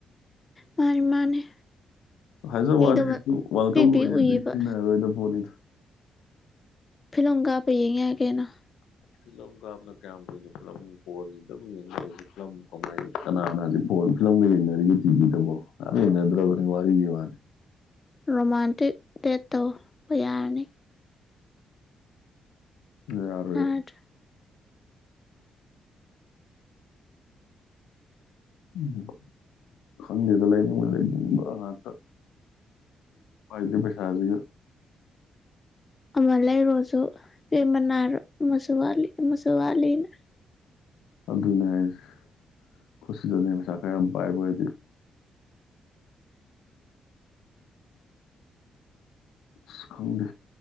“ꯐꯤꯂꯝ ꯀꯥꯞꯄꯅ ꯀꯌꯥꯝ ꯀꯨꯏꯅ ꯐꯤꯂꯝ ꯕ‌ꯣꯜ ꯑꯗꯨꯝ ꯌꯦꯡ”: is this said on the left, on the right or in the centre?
Left